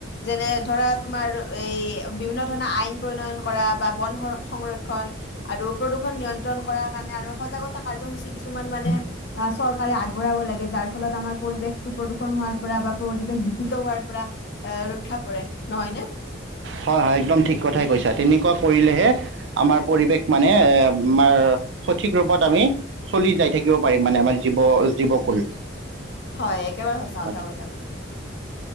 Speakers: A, on the left; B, on the right.
A: যেনে ধৰা তোমাৰ। এই বিভিন্ন ধৰণৰ আইন প্ৰণয়ন কৰা বা বন সংৰক্ষণ আৰু প্ৰদূষণ নিয়ন্ত্ৰণ কৰ কাৰণে আৰু সজাগতা কাৰ্যসূচী কিছুমান মানে আহ চৰকাৰে আগবঢ়াব লাগে যাৰ ফলত আমাৰ পৰিৱেশটো প্ৰদূষণ হোৱাৰ পৰা বা পৰিবেশ দূষিত হোৱাৰ পৰা এ ৰক্ষা পৰে নহয়নে।
B: হয় হয় একদম ঠিক কথাই কৈছা। তেনেকুৱা কৰিলেহে আমাৰ পৰিৱেশ মানে এ আমাৰ সঠিক ৰূপত আমি চলি যাই থাকিব পাৰিম মানে আমাৰ জীৱ জীৱকুল
A: হয় একেবাৰে সঁচা
B: হয়
A: কথা কৈছা তুমি।